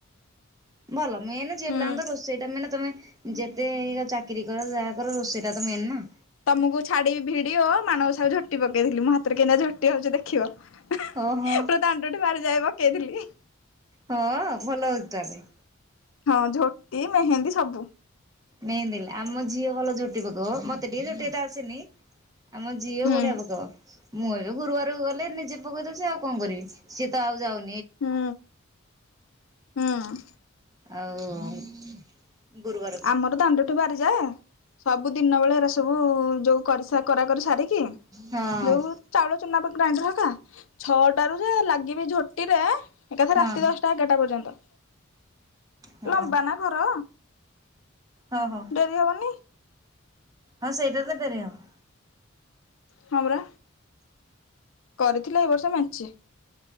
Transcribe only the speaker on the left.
ହୁଁ।
ତମକୁ ଛାଡ଼ିବି ଭିଡିଓ ମାଣବସା କୁ ଝୋଟି ପକେଇଥିଲି ମୁଁ ହାତରେ କେମିତି ଝୋଟି ହଉଚି ଦେ ଖିବ ପୁରା
ଦାଣ୍ଡଠୁ ବାହାର ଯାଏ ପକେଇଥିଲି।
ହଁ ଝୋଟି ମେହେନ୍ଦୀ ସବୁ
ହୁଁ
ହୁଁ ହୁଁ।
ଆମର ଦାଣ୍ଡରେ ଠୁ ବାହାରିଯାଏ ସବୁ ଦିନ ବେଳେ ଏରା ସବୁ ଯୋଉ କରା କରି ସାରିକି
ଯଉ ଚାଉଳ ଚୁନାଟା ଗ୍ରାଇଣ୍ଡର ହକା ଛଅଟା ରୁ ଯେ ଲାଗିବି ଝୋଟିରେ ଏକଥା
ରାତି ଦଶଟା ଏଗାରଟା ପର୍ଯ୍ୟନ୍ତ,
ଲମ୍ବା ନା ଘର।
କରି ହେବନି?
ହଁ, ପରା କରିଥିଲା ଏଇ ବର୍ଷ ମଞ୍ଚେ